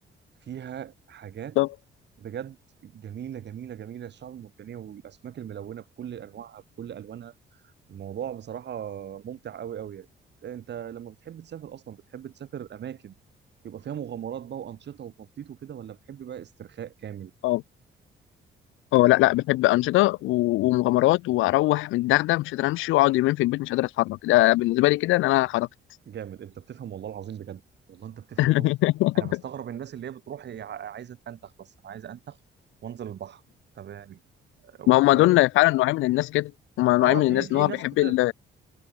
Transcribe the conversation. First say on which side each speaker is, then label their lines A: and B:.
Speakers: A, on the right; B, on the left.
A: فيها حاجات
B: بالظبط
A: بجد جميله جميله جميله الشعب المرجانيه والاسماك الملونه بكل انواعها بكل الوانها الموضوع بصراحة ممتع قوي قوي يعني انت لما بتحب تسافر اصلا بتحب تسافر اماكن يبقى فيها مغامرات بقى وانشطة وتنطيط وكده ولا بتحب بقى استرخاء كامل
B: اه اه لا لا بحب انشطه و- ومغامرات واروح من الدغدغه مش قادر امشي واقعد يومين في البيت مش قادر اتحرك ده بالنسبه لي كده ان انا خرجت
A: جامد انت بتفهم والله العظيم بجد والله انت بتفهم
B: <laughs>
A: قوي انا بستغرب الناس اللي هي بتروح هي ع- عايزة تنتخ بس انا عايزة انتخ وانزل البحر طب يعني
B: ما هم
A: يعني-
B: دول فعلا نوعين من الناس كده هم نوعين
A: اه
B: من
A: في
B: الناس
A: في
B: ان هو
A: ناس
B: بيحب
A: كتير
B: ال